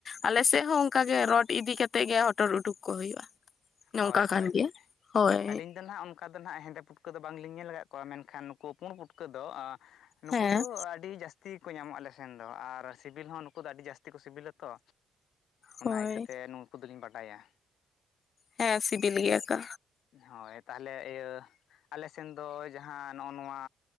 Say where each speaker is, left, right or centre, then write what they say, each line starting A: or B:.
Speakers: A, on the left (about 55°); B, on the left (about 70°).
A: ᱟᱞᱮ ᱥᱮᱫ ᱦᱚᱸ ᱚᱱᱠᱟ ᱜᱮ ᱨᱚᱰ ᱤᱫᱤ ᱠᱟᱛᱮᱜ ᱜᱮ ᱦᱚᱴᱚᱨ ᱩᱰᱩᱠ ᱠᱚ ᱦᱩᱭᱩᱜᱼᱟ ᱱᱚᱝᱠᱟ
B: ᱦᱳᱭ ᱦᱳᱭ
A: ᱠᱟᱱ ᱜᱮᱭᱟ
B: ᱦᱳᱭ
A: ᱦᱳᱭ
B: ᱟᱹᱞᱤᱧ ᱫᱚ ᱱᱟᱦᱟᱜ ᱚᱱᱠᱟ ᱚᱱᱠᱟ ᱫᱚ ᱱᱟᱦᱟᱜ ᱦᱮᱸᱫᱮ ᱯᱷᱩᱴᱠᱟᱹ ᱫᱚ ᱵᱟᱝ ᱞᱤᱧ ᱧᱮᱞ ᱟᱠᱟᱫ ᱠᱚᱣᱟ ᱢᱮᱱ ᱠᱷᱟᱱ ᱱᱩᱠᱩ ᱯᱩᱬ ᱯᱩᱴᱠᱟᱹ ᱫᱚ ᱱᱩᱠᱩ
A: ᱦᱮᱸ
B: ᱫᱚ ᱟᱹᱰᱤ ᱡᱟᱥᱼᱼ ᱡᱟᱹᱥᱛᱤ ᱠᱚ ᱧᱟᱢᱚᱜᱼᱟ ᱟᱞᱮ ᱥᱮᱱ ᱫᱚ ᱟᱨ ᱥᱤᱵᱤᱞ ᱦᱚᱸ ᱱᱩᱠᱩ ᱫᱚ ᱟᱹᱰᱤ ᱡᱟᱹᱥᱛᱤ ᱠᱚ ᱥᱤᱵᱤᱞᱟᱛᱚ ᱚᱱᱟ
A: ᱦᱳᱭ
B: ᱤᱠᱷᱟᱹ ᱛᱮ ᱱᱩᱝᱠᱩ ᱫᱚᱞᱤᱧ ᱵᱟᱰᱟᱭᱟ
A: ᱦᱮᱸ ᱥᱤᱵᱤᱞ ᱜᱮᱭᱟᱠᱟ
B: ᱦᱳᱭ ᱛᱟᱦᱞᱮ ᱤᱭᱟᱹ ᱟᱞᱮ ᱥᱮᱱ ᱫᱚ ᱡᱟᱦᱟᱸ ᱱᱚᱜᱼᱚ ᱱᱚᱣᱟ